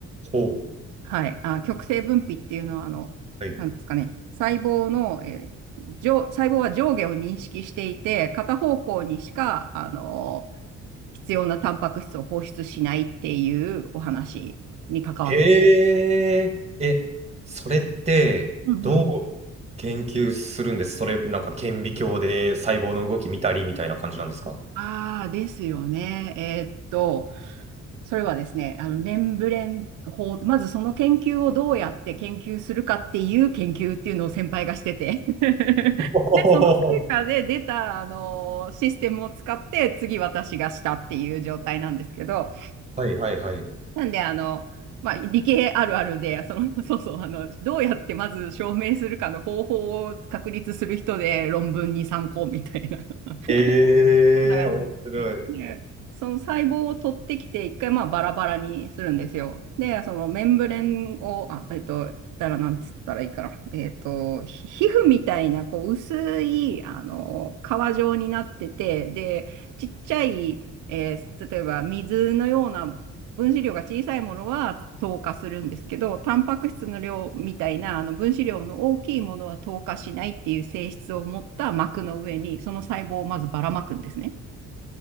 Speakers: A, on the right; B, on the right.
A: ほう。
B: はい。あ、極性分泌っていうのは、あの、
A: はい。
B: なんですかね、細胞の、えー上、細胞は上下を認識していて、片方向にしか、あのー必要なタンパク質を放出しないっていうお話に関わってくる。
A: へえ。え、それって、
B: うんうん。
A: どう研究するんですそれ、なんか顕微鏡で細胞の動き見たりみたいな感じなんですか
B: ああ、ですよね。えーっと、それはですね、あの、メンブレン法、まずその研究をどうやって研究するかっていう研究っていうのを先輩がしてて <laughs>
A: おー
B: で、その成果で出た、あの、システムを使って次私がしたっていう状態なんですけど、
A: <laughs> はいはいはい。
B: なんで、あの、まあ、理系あるあるで、その、<laughs> そうそう、あの、どうやってまず証明するかの方法を確立する人で論文に参考みたいな、<laughs>
A: ええ、
B: そんな感じで
A: 面白い。
B: で、その細胞を取ってきて、一回まあバラバラにするんですよ。で、そのメンブレンを、あ、えっと、言ったらなんつったらいいかな。えっと、ひ皮膚みたいな、こう、薄い、あの、皮状になってて、で、ちっちゃい、えー例えば水のような分子量が小さいものは糖化するんですけど、タンパク質の量みたいなあの分子量の大きいものは糖化しないっていう性質を持った膜の上に、その細胞をまずばらまくんですね。